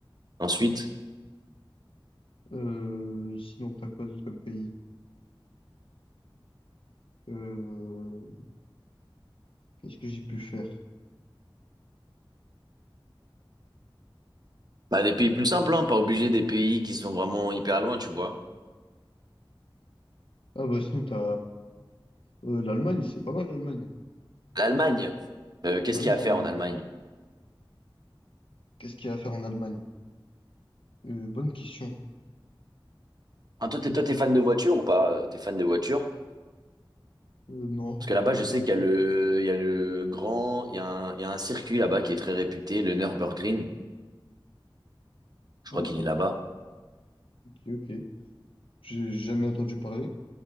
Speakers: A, on the right; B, on the left.
A: Ensuite,
B: Euh, sinon, t'as quoi d'autre comme pays? Euh, qu'est-ce que j'ai pu faire?
A: bah, des pays plus simples, hein, pas obligé des pays qui sont vraiment hyper loin, tu vois.
B: Ah bah sinon, t'as. Euh, l'Allemagne, c'est pas mal l'Allemagne.
A: L'Allemagne, Euh, qu'est-ce
B: Bah oui,
A: qu'il y a à
B: l'Allemagne.
A: faire en Allemagne?
B: Qu'est-ce qu'il y a à faire en Allemagne? Euh, bonne question.
A: Hein, toi, t'es,
B: Bah,
A: toi, t'es fan de voiture ou pas? Euh, T'es fan de voiture?
B: euh, non, pas
A: Parce que là-bas,
B: tant que
A: je sais
B: ça.
A: qu'il y a le, il y a le grand, il y a un, il y a un circuit là-bas qui est très réputé, le Nürburgring. Je crois
B: Ouais,
A: qu'il
B: c'est
A: est
B: un...
A: là-bas.
B: Ok, ok. J'ai jamais entendu parler.